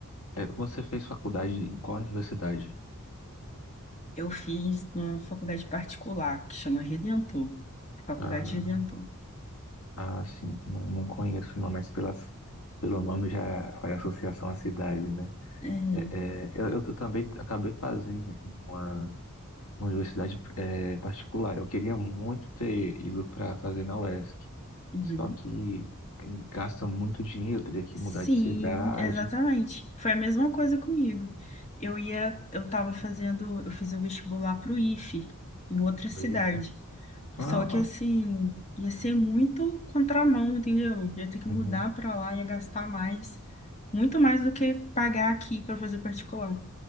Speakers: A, on the left (about 80°); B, on the left (about 30°).
A: É, você fez faculdade em qual universidade?
B: Eu fiz numa faculdade particular, que chama Redentor, Faculdade
A: Ah,
B: Redentor.
A: ah sim, não, não conheço não, mas pelas, pelo nome já faz associação à cidade, né?
B: É,
A: É, é, eu, eu eu também acabei fazendo em uma uma universidade é, particular. Eu queria muito ter ido para fazer na UESC,
B: uhum.
A: só que gasta muito dinheiro, teria que
B: Sim,
A: mudar de cidade.
B: exatamente. Foi a mesma coisa comigo. Eu ia, eu estava fazendo, eu fiz o vestibular para o IFE, em outra cidade.
A: Vixe.
B: Só
A: Ah,
B: que assim,
A: ah,
B: ia ser muito contramão, entendeu? Ia ter que
A: uhum.
B: mudar para lá, ia gastar mais, muito mais do que pagar aqui para fazer particular.